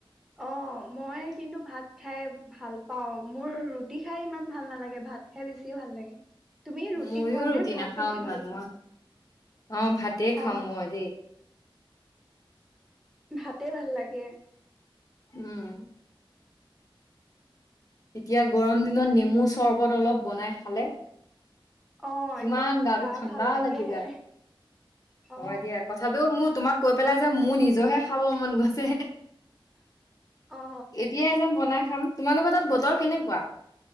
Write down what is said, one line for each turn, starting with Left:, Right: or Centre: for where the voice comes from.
Centre: অ মই কিন্তু ভাত খাই ভাল পাওঁ মোৰ ৰুটি খাই ইমান ভাল নালাগে ভাত খাই বেছি ভাল লাগে। তুমি ৰুটি
Left: মইয়ো
Centre: খোৱা
Left: ৰুটি
Centre: নে ভাত
Left: নাখাও
Centre: বেছি
Left: ইমান
Centre: ভাল পোৱা?
Left: মই অ ভাতে খাম
Centre: অ
Left: মই দেই।
Centre: ভাতে ভাল লাগে।
Left: উম। এতিয়া গৰম দিনত নেমু চৰ্বত অলপ বনাই খালে
Centre: অ
Left: কিমান
Centre: একদম
Left: গাটো
Centre: গা
Left: ঠাণ্ডা
Centre: ভাল লাগি আহে
Left: যায়,
Centre: অ।
Left: হয় দিয়া কথাটো মোৰ তোমাক কৈ পেলাই যে মোৰ নিজৰহে খাব মন গৈছে।
Centre: অ
Left: এতিয়াই যেন বনাই হম তোমালোকৰ তাত বতৰ কেনেকুৱা?